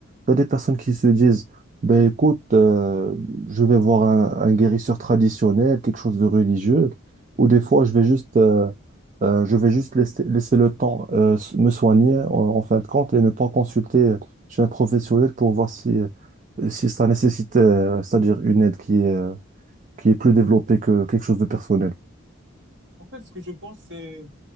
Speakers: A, on the right; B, on the right.
A: Il y a des personnes qui se disent, ben écoute, euh, je vais voir un, un guérisseur traditionnel, quelque chose de religieux, ou des fois, je vais juste, euh, euh, je vais juste laisser, laisser le temps euh, s- me soigner en, en fin de compte et ne pas consulter chez un professionnel pour voir si, euh, si ça nécessite, euh, c'est-à-dire une aide qui est, euh, qui est plus développée que quelque chose de personnel.
B: En fait, ce que je pense, c'est